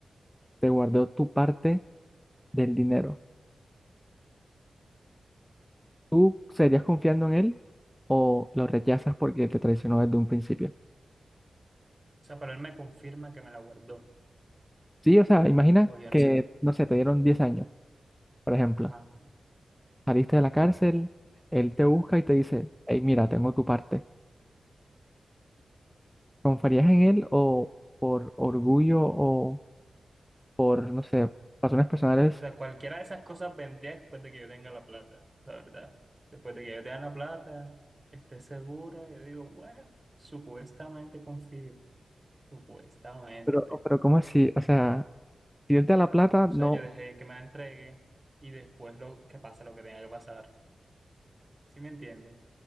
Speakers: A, in the centre; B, on the right (about 30°).
A: te guardó tu parte del dinero. ¿Tú seguirías confiando en él o lo rechazas porque te traicionó desde un principio?
B: O sea, pero él me confirma que me la guardó,
A: Sí, o sea, imagina
B: o yo no
A: que,
B: sé.
A: no sé, te dieron 10 años, por ejemplo.
B: Ajá.
A: Saliste de la cárcel, él te busca y te dice, hey, mira, tengo tu parte. ¿Confiarías en él o por orgullo o por, no sé, razones personales?
B: O sea, cualquiera de esas cosas vendría después de que yo tenga la plata, la verdad. Después de que yo tenga la plata, esté segura, yo digo, bueno, supuestamente confío, supuestamente.
A: Pero, pero ¿cómo así? O sea... Si es de la plata,
B: O sea,
A: no.
B: yo dejé que me la entregue y después lo que pase lo que tenga que pasar. ¿Sí me entiendes? O